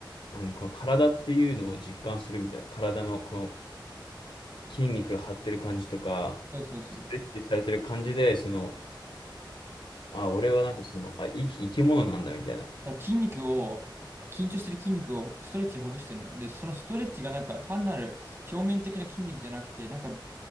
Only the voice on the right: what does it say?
そうそうそう。
だか
ら筋肉を、緊張してる筋肉をストレッチでほぐしてるの。で、そのストレッチがなんか単なる表面的な筋肉じゃなくて、なんか